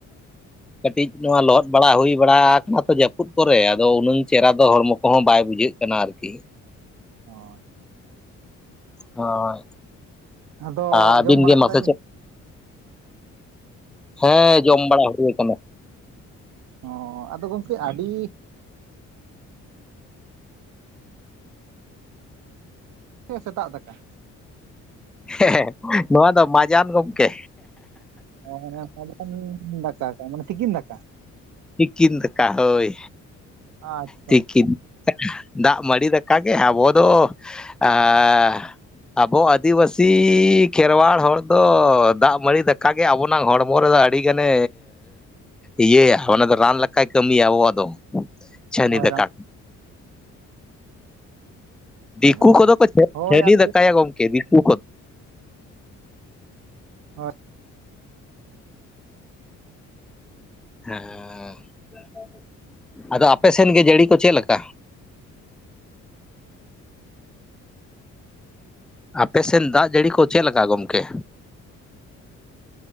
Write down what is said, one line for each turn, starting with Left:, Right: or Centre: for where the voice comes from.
Centre: ᱠᱟᱹᱴᱤᱡ ᱱᱚᱣᱟ ᱞᱚᱦᱚᱫ ᱵᱟᱲᱟ ᱦᱩᱭ ᱵᱟᱲᱟᱛᱚ ᱡᱟᱹᱯᱩᱫ ᱠᱚᱨᱮ ᱟᱫᱚ ᱩᱱᱟᱹᱝ ᱪᱮᱦᱨᱟ ᱫᱚ ᱦᱚᱲᱢᱚ ᱠᱚᱦᱚᱸ ᱵᱟᱭ ᱵᱩᱡᱷᱟᱹᱜ ᱠᱟᱱᱟ ᱟᱨᱠᱤ
Right: ᱦᱚᱸᱭ
Centre: ᱦᱳᱭ
Right: ᱟᱫᱚ
Centre: ᱟᱹᱵᱤᱱ
Right: ᱡᱚᱢ ᱵᱟᱲᱟ
Centre: ᱜᱮ
Right: ᱠᱮᱫᱟ
Centre: ᱢᱟᱥᱮ
Right: ᱵᱤᱱ
Centre: ᱪᱮᱫ ᱦᱮᱸ ᱡᱚᱢ ᱵᱟᱲᱟ ᱦᱩᱭ ᱟᱠᱟᱱᱟ
Right: ᱚ ᱟᱫᱚ ᱜᱚᱝᱠᱮ ᱟᱹᱰᱤ ᱦᱮᱸ ᱥᱮᱛᱟᱜ ᱫᱟᱠᱟ
Centre: ᱦᱮᱸ ᱱᱚᱣᱟ ᱫᱚ ᱢᱟᱡᱟᱱ ᱜᱚᱝᱠᱮ
Right: <unintelligible> ᱫᱟᱠᱟ ᱠᱟᱜ ᱢᱟᱱᱮ ᱛᱤᱠᱤᱱ ᱫᱟᱠᱟ
Centre: ᱛᱤᱠᱤᱱ ᱫᱟᱠᱟ ᱦᱚᱭ
Right: ᱟᱪᱪᱷᱟ
Centre: ᱛᱤᱠᱤᱱ
Right: ᱟᱪᱪᱷᱟ
Centre: ᱫᱟᱜ ᱢᱟᱹᱰᱤ ᱫᱟᱠᱟ ᱜᱮ ᱟᱵᱚ ᱫᱚ ᱟᱸᱻ ᱟᱵᱚ ᱟᱹᱫᱤᱵᱟᱹᱥᱤ ᱠᱷᱮᱨᱣᱟᱲ ᱦᱚᱲ ᱫᱚ ᱫᱟᱜ ᱢᱟᱹᱰᱤ ᱫᱟᱠᱟ ᱜᱮ ᱟᱵᱚᱱᱟ ᱦᱚᱲᱢᱚ ᱨᱮᱫᱚ ᱟᱹᱰᱤ ᱜᱟᱱᱮ ᱤᱭᱟᱹᱭᱟ ᱚᱱᱟ ᱫᱚ ᱨᱟᱱ ᱞᱮᱠᱟᱭ ᱠᱟᱹᱢᱤᱭᱟ ᱟᱵᱚᱣᱟᱜ ᱫᱚ ᱪᱷᱟᱹᱱᱤ
Right: ᱦᱳᱭ
Centre: ᱫᱟᱠᱟ
Right: ᱨᱟᱢ
Centre: ᱫᱤᱠᱩ
Right: ᱦᱳᱭ ᱦᱳᱭ
Centre: ᱠᱚᱫᱚ ᱠᱚ
Right: ᱦᱳᱭ
Centre: ᱪᱷᱟᱹᱱᱤ
Right: ᱟᱨᱠᱤ
Centre: ᱫᱟᱠᱟᱭᱟ ᱜᱚᱝᱠᱮ ᱫᱤᱠᱩ ᱠᱚᱫᱚ
Right: <unintelligible>
Centre: ᱦᱮᱸ ᱟᱫᱚ ᱟᱯᱮ ᱥᱮᱫ ᱜᱮ ᱡᱟᱹᱲᱤ ᱠᱚ ᱪᱮᱫ ᱞᱮᱠᱟ ᱟᱯᱮᱥᱮᱫ ᱫᱟᱜ ᱡᱟᱹᱲᱤ ᱠᱚ ᱪᱮᱫ ᱞᱮᱠᱟ ᱜᱚᱝᱠᱮ